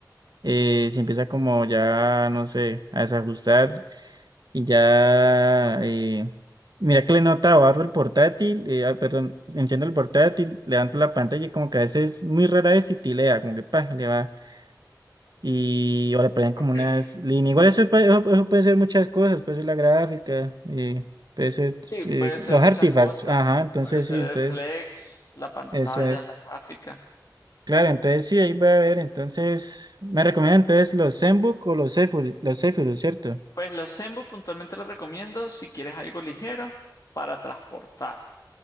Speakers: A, on the right; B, on the left.
A: eh, se empieza como ya, no sé, a desajustar y ya, eh, mira que le nota, barro el portátil, eh, ah, perdón, enciendo el portátil, levanto la pantalla y como que a veces muy rara vez titilea, como que pa, le va y o le ponen como
B: Ok.
A: unas líneas, igual eso, puede- eso, eso puede ser muchas cosas, puede ser la gráfica, eh, puede ser
B: Sí,
A: eh,
B: puede ser
A: los
B: muchas
A: artifacts,
B: cosas.
A: ajá, entonces
B: Puede ser
A: sí, entonces,
B: el flex, la pantalla,
A: esa,
B: la gráfica.
A: claro, entonces sí, ahí voy a ver, entonces, me recomiendan entonces los Zenbook o los Zephyrus, los Zephyrus, ¿cierto?
B: Pues los Zenbook puntualmente los recomiendo si quieres algo ligero para transportar.